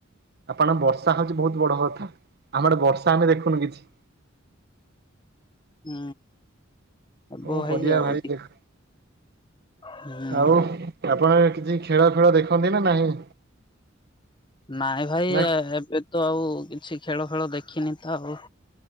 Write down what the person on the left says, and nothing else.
ହୁଁ। ହେବ
ଆଉ
ହୁଁ
ନାଇଁ ଭାଇ
ଏବେ ତ ଆଉ କିଛି ଖେଳ ଫେଳ ଦେଖିନି ତ ଆଉ